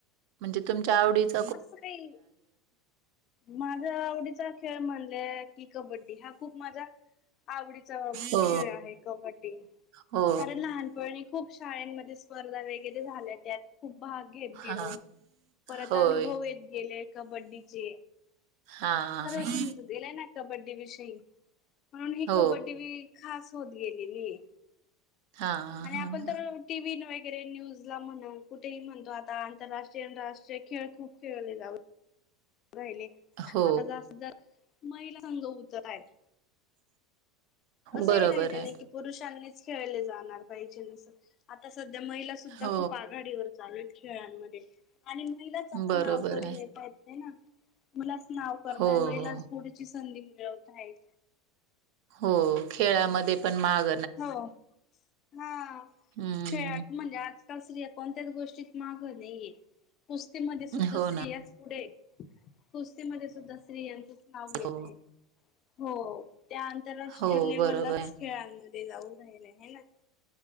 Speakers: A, on the right; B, on the left.
A: म्हणजे तुमच्या आवडीच?
B: असं काही, माझ्या आवडीचा खेळ म्हणजे की. कबड्डी हा खूप माझा आवडीचा
A: हो
B: खेळ आहे, कबड्डी.
A: हो
B: कारण लहानपणी खूप शाळेमध्ये स्पर्धा वगैरे झाल्या, त्यात खूप भाग घेत गेलो.
A: हा
B: परत
A: होय
B: अनुभव येत गेले, कबड्डीचे.
A: हा
B: सर्व
A: हा
B: समजतलंय ना, कबड्डी विषयी, म्हणून ही
A: हो.
B: कबड्डी. खास होत गेलेली.
A: हां,
B: आणि
A: हां.
B: आपण
A: हां.
B: तर. टी व्ही वगैरे न्यूज ला म्हण कुठेही म्हणतो, आता आंतरराष्ट्रीय, राष्ट्रीय खेळ खूप खेळले जा. राहिले
A: हो,
B: आता जास्त जर महिला संघ उतरत असं
A: बरोबर
B: हे राहिले
A: आहे.
B: नाही की, पुरुषांनीच खेळले जाणार पाहिजेस आता सध्या महिला. सुद्धा
A: हो.
B: खूप आघाडीवर चालु येत खेळांमध्ये. आणि महिलाच आता
A: बरोबर
B: नाव करून
A: आहे.
B: येता येत ना मुलाच नाव करताय
A: हो,
B: महिलाच
A: हो.
B: पुढं. ची संधी मिळवत आहेत
A: हो खेळामध्ये पण माग.
B: हो हा
A: हं,
B: खेळात म्हणजे आज आता स्त्रिया कोणत्याच गोष्टीत माग नाहीये कुस्तीमध्ये सुद्धा
A: हो
B: स्त्रियाच
A: ना.
B: पुढे आहेत. कुस्तीमध्ये सुद्धा स्त्रियांचंच नाव येत
A: हो,
B: आहे. हो त्या आंतरराष्ट्रीय
A: हो,
B: लेवललाच
A: बरोबर आहे.
B: खेळांमध्ये जाऊ राहिल्या हे ना